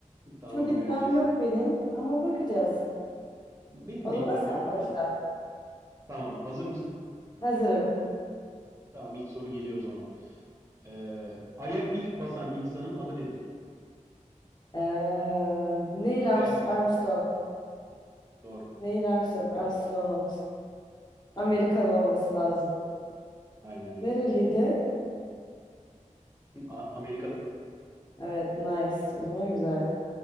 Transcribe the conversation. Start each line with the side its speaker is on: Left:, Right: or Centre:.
Right: Tamam
Left: Çok iddiam
Right: göreceğiz.
Left: yok benim ama bakacağız.
Right: Benim
Left: O
Right: de
Left: zaman
Right: iddiam
Left: sen
Right: yok ama
Left: başla.
Right: tamam hazır mısın?
Left: Hazırım.
Right: Tamam ilk soru geliyor o zaman. Ee, Ay'a ilk basan insanın adı nedir?
Left: Ee, Neil
Right: İlk ayak basan.
Left: Armstrong.
Right: Doğru.
Left: Neil Armstrong, astronot. Amerikalı
Right: Evet doğru.
Left: olması lazım.
Right: Aynen öyle.
Left: Nereliydi?
Right: A- Amerikalı.
Left: Evet, nice. O zaman güzel.